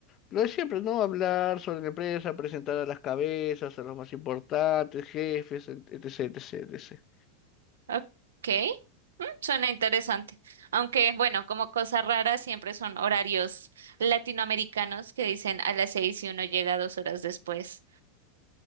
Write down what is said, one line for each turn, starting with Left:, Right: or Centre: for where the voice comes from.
Left: Lo de siempre, ¿no? Hablar sobre la empresa, presentar a las cabezas, a los más importantes, jefes, etc, etc, etc.
Right: Ok. Mm, suena interesante. Aunque, bueno, como cosa rara, siempre son horarios latinoamericanos que dicen a las seis y uno llega dos horas después.